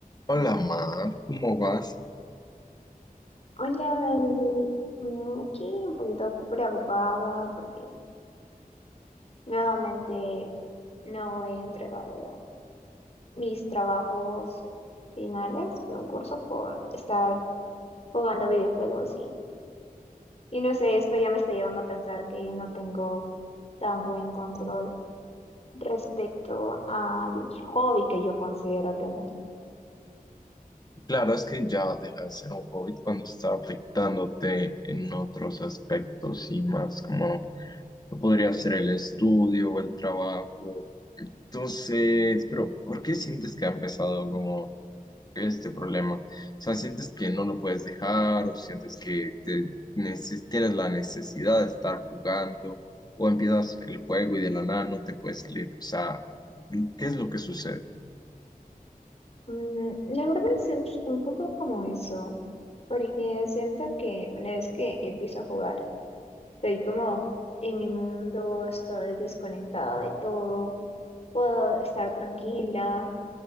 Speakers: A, on the left; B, on the left.
A: Hola Mar, ¿cómo vas?
B: Hola, Dani. Mm, Aquí un poquito preocupada porque nuevamente no he entregado mis trabajos finales de un curso por estar jugando videojuegos y, y no sé, esto ya me está llevando a pensar que no tengo tan buen control respecto al hobby que yo considero tener.
A: Claro, es que ya deja de ser un COVID cuando está afectándote en otros aspectos y más como podría ser el estudio o el trabajo. Entonces, pero ¿por qué sientes que ha empezado como este problema? O sea, ¿sientes que no lo puedes dejar o sientes que te neces- tienes la necesidad de estar jugando o empiezas el juego y de la nada no te puedes salir? O sea, ¿qué es lo que sucede?
B: Mm, la verdad es un un poco como eso, porque siento que una vez que empiezo a jugar, Estoy como en mi mundo, estoy desconectada de todo, puedo estar tranquila,